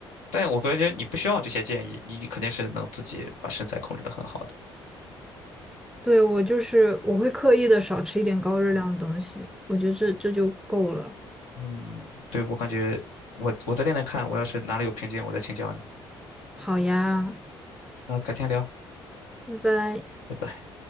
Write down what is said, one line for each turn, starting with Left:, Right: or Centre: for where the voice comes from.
Left: 但我感觉你不需要这些建议，你肯定是能自己把身材控制的很好的。
Centre: 对，我就是我会刻意的少吃一点高热量的东西，我觉得这这就够了。
Left: 嗯，对，我感觉我我再练练看，我要是哪里有瓶颈，我再请教你。
Centre: 好呀，
Left: 那改天聊，
Centre: 拜拜。
Left: 拜拜。